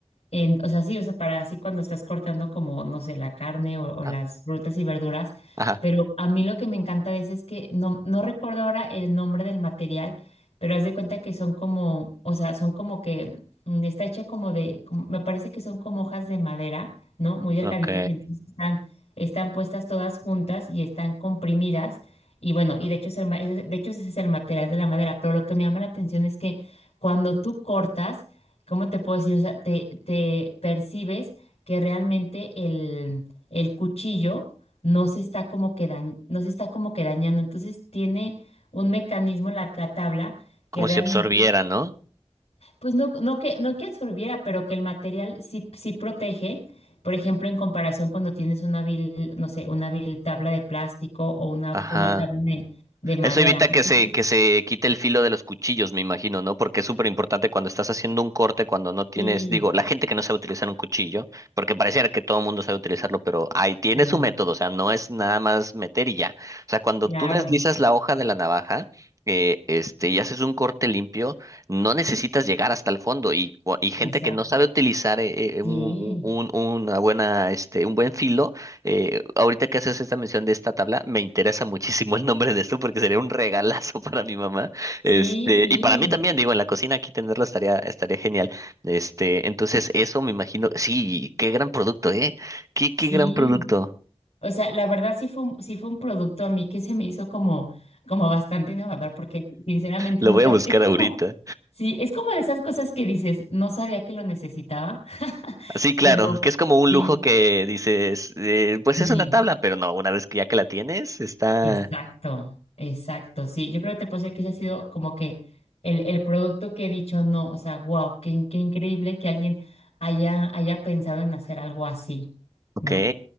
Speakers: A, on the left; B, on the right.
A: En- o sea, sí, o sea, para así cuando estás cortando como, no sé, la carne o, o
B: Ah,
A: las frutas y verduras,
B: Ajá.
A: pero a mí lo que me encanta de ese es que no, no recuerdo ahora el nombre del material, pero haz de cuenta que son como, o sea, son como que mm, está hecha como de, como- me parece que son como hojas de madera, ¿no? Muy delgaditas,
B: Ok.
A: y entonces están, están puestas todas juntas y están comprimidas. Y bueno, y de hecho, es el ma- de hecho ese es el material de la madera, pero lo que me llama la atención es que cuando tú cortas, ¿cómo te puedo decir? O sea, te, te percibes que realmente el, el cuchillo no se está como que dañ- no se está como que dañando. Entonces tiene un mecanismo la, la tabla
B: Como
A: que realmente,
B: si absorbiera, ¿no?
A: pues no, no que, no que absorbiera, pero que el material sí, sí protege. Por ejemplo, en comparación cuando tienes una vil, no sé, una vil tabla de plástico o una,
B: Ajá.
A: una tabla de, de madera.
B: Eso evita
A: Entonces,
B: que se, que se quite el filo de los cuchillos, me imagino, ¿no? Porque es súper importante cuando estás haciendo un corte, cuando no tienes,
A: sí,
B: digo, la gente que no sabe utilizar un cuchillo, porque pareciera que todo el mundo sabe utilizarlo, pero ahí tiene
A: pero
B: su
A: no.
B: método, o sea, no es nada más meter y ya. O sea, cuando
A: Claro,
B: tú deslizas la hoja de la navaja, eh, este, y haces un corte limpio, no necesitas llegar hasta el fondo. Y, cua- y gente
A: exacto.
B: que no sabe utilizar eh, eh, un,
A: Sí.
B: un- un- una buena, este, un buen filo eh, ahorita que haces esta mención de esta tabla, me interesa muchísimo el nombre de esto porque sería un regalazo <laughs> para mi mamá.
A: Sí,
B: Este,
A: sí,
B: y para mí también, digo, en la cocina aquí tenerlo estaría, estaría genial. Este, entonces eso me imagino, sí, qué gran producto, ¿eh? Qué, qué
A: sí.
B: gran producto.
A: O sea, la verdad sí fue un, sí fue un producto a mí que se me hizo como, como bastante innovador, porque sinceramente
B: Lo
A: nunca,
B: voy a buscar
A: es como,
B: ahorita.
A: sí, es como de esas cosas que dices, no sabía que lo necesitaba, <laughs>
B: Sí, claro,
A: pero
B: que es como un
A: sí,
B: lujo que dices, eh, pues
A: sí,
B: es una tabla, pero no, una vez que ya que la tienes, está,
A: exacto, exacto, sí. Yo creo que te puedo decir que ese ha sido como que el, el producto que he dicho, no, o sea, wow, qué, in- qué increíble que alguien haya, haya pensado en hacer algo así,
B: Ok,
A: ¿no?